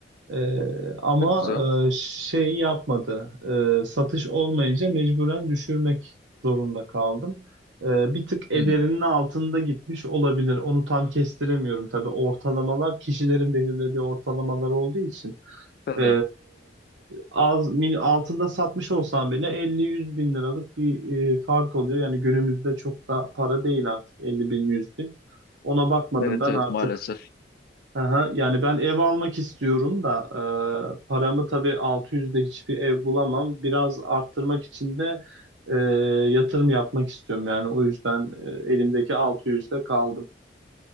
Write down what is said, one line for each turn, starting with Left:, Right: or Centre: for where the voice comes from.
Right: E, ama
Left: Çok güzel.
Right: e, şey yapmadı. E, satış olmayınca mecburen düşürmek zorunda kaldım. E, bir tık
Left: Hı,
Right: ederinin altında gitmiş olabilir. Onu tam kestiremiyorum tabii. Ortalamalar kişilerin <laughs> belirlediği ortalamalar olduğu için.
Left: tabii.
Right: E, az mil, altında satmış olsam bile 50-100 bin liralık bir e, fark oluyor. Yani günümüzde çok da para değil artık 50 bin 100 bin. Ona bakmadım
Left: Evet
Right: ben
Left: evet
Right: artık
Left: maalesef.
Right: Aha, yani ben ev almak istiyorum da e, paramı tabii 600'de hiçbir ev bulamam. Biraz arttırmak için de e, yatırım yapmak istiyorum. Yani o yüzden e, elimdeki 600'de kaldım.